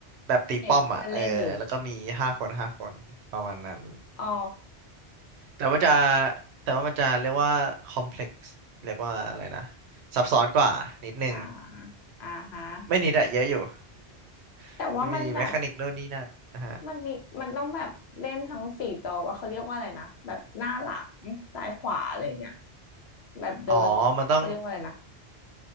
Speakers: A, on the right; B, on the left.
A: แบบตีป้อมอ่ะ
B: เห็นเพื่อนเล่นอยู่
A: เออ แล้วก็มีห้าคนห้าคนประมาณนั้น
B: อ๋อ
A: แต่มันจะแต่ว่ามันจะเรียกว่าคอมเพล็กซ์เรียกว่าอะไรนะซับซ้อนกว่านิดนึง
B: อ่าอ่าฮะ
A: ไม่นิดอะเยอะอยู่
B: แต่ว่ามันแบบ
A: <laughs> มีแมคานิกโน่นนี่นั่นนะฮะ
B: มันมีมันต้องแบบเล่นทั้งสี่จอว่าเขาเรียกว่าอะไรนะแบบหน้าหลังซ้ายขวาอะไรเงี้ยแบบเดินเขาเรียกว่าอะไรนะ
A: อ๋อ มันต้อง